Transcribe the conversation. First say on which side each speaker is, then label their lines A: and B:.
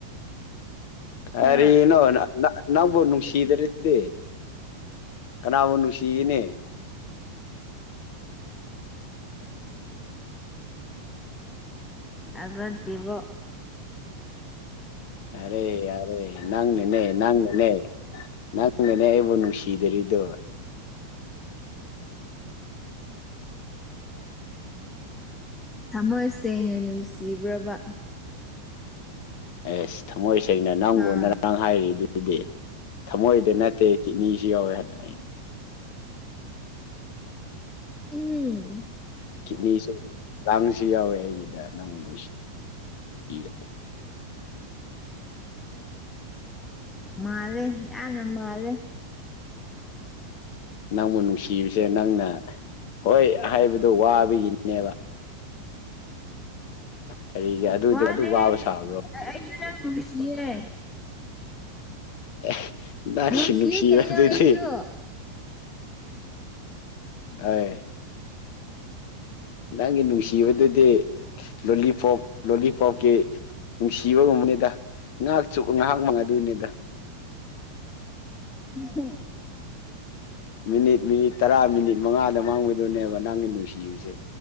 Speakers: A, on the left; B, on the left.
A: ꯀꯔꯤ
B: ꯍꯥ
A: ꯅꯣ ꯅ ꯅ ꯅꯪꯕꯨ ꯅꯨꯡꯁꯤ ꯁꯤꯗ꯭ꯔꯗꯤ ꯀꯅꯥꯕꯨ ꯅꯨꯡꯁꯤꯒꯅꯤ
B: ꯃꯗꯤꯕꯣ
A: ꯌꯥꯔꯦ ꯌꯥꯔꯦ ꯅꯪꯅꯅꯦ ꯅꯪꯅꯅꯦ ꯅꯪꯅꯅꯦ ꯑꯩꯕꯨ ꯅꯨꯡꯁꯤ ꯗꯔꯤꯗꯣ
B: ꯊꯃꯣꯏ ꯁꯦꯡꯅ ꯅꯨꯡꯁꯤꯕ꯭ꯔꯕ
A: ꯑꯦꯁ ꯊꯝꯃꯣꯏ ꯁꯦꯡꯅ ꯅꯪꯕꯨ
B: ꯑꯥ
A: ꯎꯅꯔꯥ ꯍꯥꯏꯔꯤꯗꯨꯗꯤ ꯊꯝꯃꯣꯏꯗ ꯅꯠꯇꯦ ꯀꯤꯠꯅꯤꯁꯨ ꯌꯥꯎꯋꯦ ꯍꯥꯏꯅ ꯑꯩꯅ
B: ꯎꯝ
A: ꯀꯤꯠꯅꯤꯁꯦ ꯂꯥꯡꯁꯨ ꯌꯥꯎꯋꯦ ꯑꯩꯒꯤꯗ ꯅꯪꯕꯨ ꯅꯨꯡꯁꯤ <unintelligible>
B: ꯃꯥꯜꯂꯦ ꯌꯥꯝꯅ ꯃꯥꯜꯂꯦ
A: ꯅꯪꯕꯨ ꯅꯨꯡꯁꯤꯕꯁꯦ ꯅꯪꯅ ꯍꯣꯏ ꯍꯥꯏꯕꯗꯣ ꯋꯥꯕꯒꯤꯅꯦꯕ ꯀꯔꯤꯒꯤ ꯑꯗꯨꯗꯣ
B: ꯋꯥꯗꯦꯍꯦ
A: ꯑꯗꯨꯛ ꯋꯥꯕ ꯁꯥꯕ꯭ꯔꯣ
B: ꯑꯩꯁꯨ ꯅꯪ ꯅꯨꯡꯁꯤꯌꯦ
A: ꯑꯦ ꯅꯪꯒꯤ
B: ꯅꯨꯡꯁꯤꯌꯦ
A: ꯅꯨꯡꯁꯤꯕ
B: ꯀꯩꯅꯣ
A: ꯑꯗꯨꯗꯤ
B: ꯑꯩꯁꯨ
A: ꯑꯩ ꯅꯪꯒꯤ ꯅꯨꯡꯁꯤꯕꯗꯨꯗꯤ ꯂꯣꯂꯤꯄꯣꯞ ꯂꯣꯂꯤꯄꯣꯞꯀꯤ ꯅꯨꯡꯁꯤꯕꯒꯨꯝꯕꯅꯤꯗ ꯉꯥꯏꯍꯥꯛ ꯆꯨꯞ ꯉꯥꯏꯍꯥꯛ ꯃꯪ ꯑꯗꯨꯅꯤꯗ
B: <unintelligible>
A: ꯃꯤꯅꯤꯠ ꯃꯤꯅꯤꯠ ꯇꯔꯥ ꯃꯤꯅꯤꯠ ꯃꯉꯥꯗ ꯃꯥꯡꯕꯗꯨꯅꯦꯕ ꯅꯪꯒꯤ ꯅꯨꯡꯁꯤꯕꯁꯦ